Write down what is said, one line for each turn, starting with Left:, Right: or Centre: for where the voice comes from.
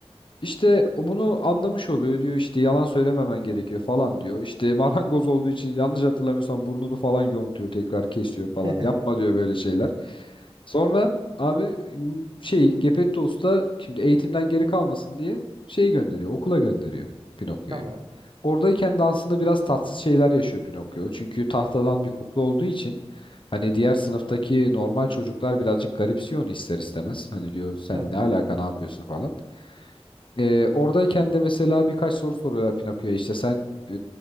Left: İşte o bunu anlamış oluyor diyor işte yalan söylememen gerekiyor falan diyor. İşte <laughs> marangoz olduğu için yanlış hatırlamıyorsam burnunu falan yontuyor tekrar kesiyor falan.
Right: <laughs>
Left: Yapma diyor böyle şeyler. Sonra abi m, şey Gepetto Usta şimdi eğitimden geri kalmasın diye şeyi gönderiyor okula gönderiyor Pinokyo'yu.
Right: Tamam.
Left: Oradayken de aslında biraz tatsız şeyler yaşıyor Pinokyo. Çünkü tahtadan bir kukla olduğu için hani diğer sınıftaki normal çocuklar birazcık garipsiyor onu ister istemez. Hani diyor sen
Right: Evet.
Left: ne alaka ne yapıyorsun falan. Ee, oradayken de mesela birkaç soru soruyorlar Pinokyo'ya işte sen e,